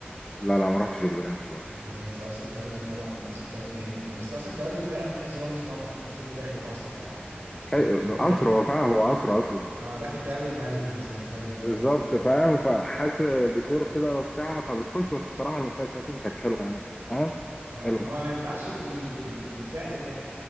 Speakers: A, on the left; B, on the right.
A: لا لا ما رحتش البرنس لا
B: البرنس قصر كبابجي طبعا قصر كبابجي جامد أوي. بس قصر كبابجي فعلا تحس ان هو مش مطعم تحس انت داخل قصر فعلا يعني تحس
A: حي-
B: ان انت داخل
A: قصر هو فاهم هو قصر اصلا
B: اه داخل تقابل ملك مثلا فاهم
A: بالظبط
B: تقابل كتير
A: فاهم فحاسس ديكور كده وبتاع فبتخش بس بصراحه الملوخيه بتاعتهم كانت حلوه يعني فاهم
B: اه
A: حلو
B: ما هو ما ينفعش يكون بال... بالسعر ده